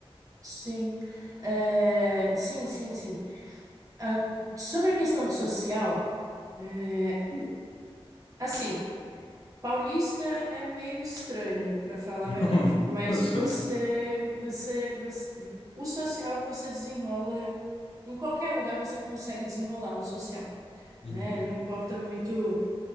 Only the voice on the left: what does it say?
<laughs>
Só.
Uhum,